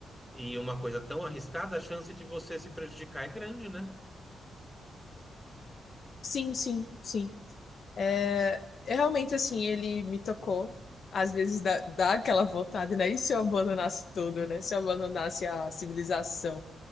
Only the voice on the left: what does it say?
Sim, sim, sim. É, é realmente assim, ele me tocou. Às vezes dá, dá aquela vontade, né? E se eu abandonasse tudo, né? Se eu abandonasse a civilização